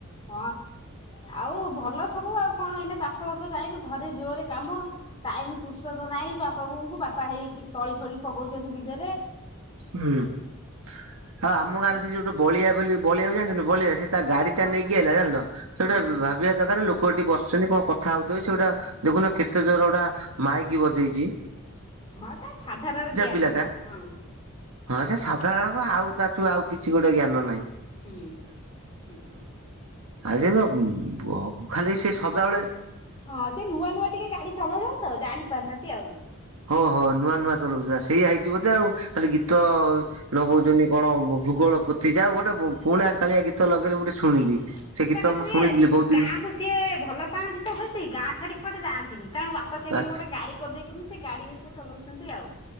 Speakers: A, on the left; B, on the right.
A: ହଁ ଆଉ ଭଲ ସବୁ ଆଉ କଣ ଏଇନେ ଚାଷ ବାସ ଟାଇମ୍ ଘରେ ଜୋରେ କାମ ଟାଇମ୍ ପୁରୁଷତ ନାଇଁ ବାପା ବୋଉଙ୍କୁ ବାପା ହେଇକି ତଳି ଫଳି ପକଉଛନ୍ତି ବିଲରେ।
B: ହୁଁ ଆଉ ଆମ
A: ମା
B: ଗାଁରେ
A: ତାଙ୍କୁ
B: ସେ ଯୋଉଟ ବଳିଆ ବୋଲି ବଳିଆକୁ ଜାଣିଛନ୍ତି ବଳିଆ ସେ ତା ଗାଡି ତା
A: ହଁ
B: ନେଇକି ଆଇଲା ଜାନିଲ ସେଟ
A: ହଁ ହଁ
B: ଭାବିବା ଦରକାର ଲୋକ କୁଠି ବସିଛନ୍ତି କଣ କଥା ହଉଥିବ ସେଇଉଟା ଦେଖୁନ କେତେ ଜୋର ଗୋଟା ମାଇକି ବଜେଇଚି।
A: ହଁ ତା ସାଧାରଣ ଜ୍ଞାନ୍
B: ପିଲାଟା।
A: ହଁ।
B: ହଁ ସେ ସାଧାରଣ ଆଉ ତାଠୁ ଆଉ କିଛି ଗୋଟେ ଜ୍ଞାନ ନାହିଁ।
A: ହୁଁ ହୁଁ ହୁଁ।
B: ଆଉ ଯେ ଏଵ ଖାଲି ସେ ସଦାବେଳେ
A: ହଁ ସେ ନୂଆ ନୂଆ ଟିକେ ଗାଡି ଚଲଉଚନ୍ତି ତ ଜାଣିପାରୁନାହାନ୍ତି ଆଉ।
B: ହ ହୋ ନୂଆ ନୂଆ ଚଲଉଛି ସେଇୟଆ ହେଇଛି ବୋଧେ ଆଉ ଖାଲି ଗୀତ ନଗଉଚନ୍ତି କଣ ଭୂଗୋଳ ପୋଥୀ ଯାଉ ଗୋଟେ ପୁଣା କାଳିଆ ଗୀତ ଲଗେଇଲେ ଗୋଟେ ଶୁଣିଲି
A: ହଁ
B: ସେ ଗୀତ
A: ତାଙ୍କ
B: ମୁଁ
A: ଟିକେ
B: ଶୁଣିଥିଲି ବହୁତ ଦିନ୍
A: ଗାଁକୁ ସିଏ ଭଲ ପାଆନ୍ତି ତ ବେଶୀ ଗାଁ ଛାଡ଼ିକି କୁଆଡ଼େ ଯାଆନ୍ତିନି ତାଙ୍କ ବାପ ପା ସେନାକେ
B: ବାସ୍
A: ଗୋଟେ ଗାଡ଼ି କରିଦେଇଚନ୍ତି ସେ ଗାଡ଼ି ଏରିକେ ଚଲାଉଚନ୍ତି ଆଉ।